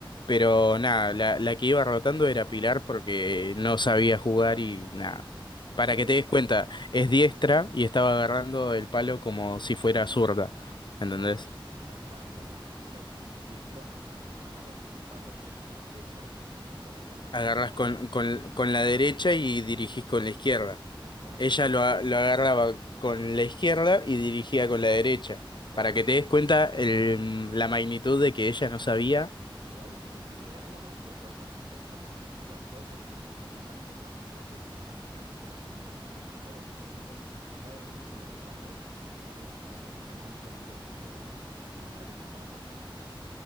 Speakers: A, on the left; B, on the right.
A: pero nada, la, la que iba rotando era Pilar porque no sabía jugar y nada.
B: Era
A: Para
B: como,
A: que te des cuenta, es diestra y estaba agarrando el palo como si fuera zurda, ¿entendés?
B: o sea, pará, pará, pará. Pero cuando sos diestro, arran- agarras el palo con la derecha y pones la mano
A: Agarrás
B: con la izquierda.
A: con, con, con la derecha y dirigís con la izquierda.
B: Exacto, eso
A: Ella
B: sí
A: lo,
B: sos.
A: a- lo agarraba con la izquierda y dirigía con la derecha.
B: Bueno,
A: Para
B: a
A: que
B: ver,
A: te des cuenta el- la magnitud de que ella no sabía.
B: Igual y si te sirve de algo, vos podés aprender por más que, o sea, puede ser tu mano dominante para una cosa, pero no necesariamente ser tu mano dominante para todo. Por ejemplo, yo agarro los cubiertos al revés. Onda, vos agarras el tenedor seguramente con la izquierda y el cuchillo con la derecha para cortar.